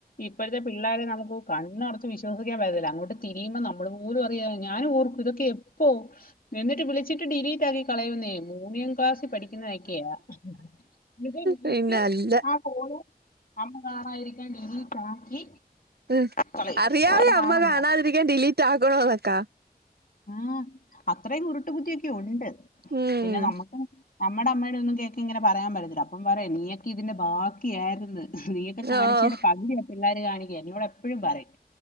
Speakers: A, on the left (about 60°); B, on the right (about 75°).
A: ഇപ്പോഴത്തെ പിള്ളാരെ നമുക്ക് കണ്ണടച് വിശ്വാ വിശ്വസിക്കാൻ പറ്റുന്നില്ല അങ്ങോട്ട്തിരിയുമ്പോ നമ്മള് പോലും അറിയ ഞാനും ഓർക്കും ഇതൊക്ക എപ്പോ എന്നിട്ട് വിളിച്ചിട്ട് ഡിലീറ്റ് ആക്കി കളയുന്നേ മൂന്നാം ക്ലാസ്സിൽ പഠിക്കുന്നതൊക്കെയാ <unintelligible>
B: പിന്നെ അല്ല
A: അമ്മ കാണായിരിക്കാൻ ഡിലീറ്റ് ആക്കി
B: ഉം
A: കളയും.
B: അറിയാവേ
A: ആരും
B: അമ്മ
A: കാണണ്ട.
B: കാണാതിരിക്കാൻ ഡിലീറ്റ് ആക്കണോ എന്നൊക്കാ
A: ആഹ് അത്രയും കുരുട്ട് ബുദ്ധിയൊക്കെ ഉണ്ട്
B: ഉം
A: പിന്നെ നമ്മുക്ക് നമ്മുടെ അമ്മയുടെ ഒന്നും കേക്ക ഇങ്ങനെ പറയാൻ പറ്റത്തില്ല അപ്പം പറയാ നീക്ക് ഇതിന്റെ ബാക്കിയായിന്ന് നീയൊക്കെ കാണിച്ചേന്റെ
B: ഓഹ്
A: പകുതിയ ആഹ്പിള്ളോര് കാണിക്കല്ല ഇവടെ എപ്പഴും പറയും